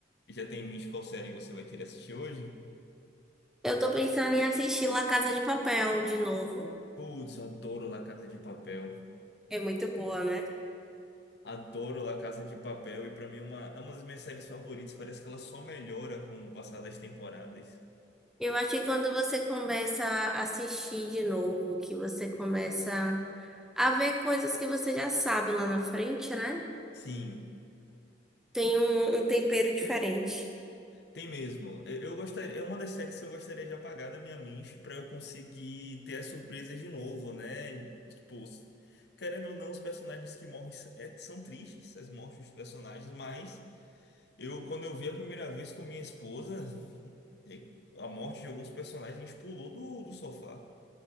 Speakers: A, on the left; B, in the centre.
A: já tem em mente qual série você vai querer assistir hoje?
B: Eu tô pensando em assistir La Casa de Papel de novo.
A: Putz, eu adoro La Casa de Papel.
B: É muito boa, né?
A: Adoro La Casa de Papel e pra mim é uma, é uma das minhas séries favoritas. Parece que ela só melhora com o passar das temporadas.
B: Eu acho que quando você começa a assistir de novo, que você começa a ver coisas que você já sabe lá na frente, né?
A: Sim,
B: Tem um, um tempero diferente.
A: Tem mesmo. Eu eu gostaria, é uma das séries que eu gostaria de apagar da minha mente para eu conseguir ter as surpresas de novo, né? Tipo, s- querendo ou não, os personagens que morrem s- é- são tristes, as mortes dos personagens, mas eu, quando eu vi a primeira vez com minha esposa, e- a morte de alguns personagens, a gente pulou do, do sofá.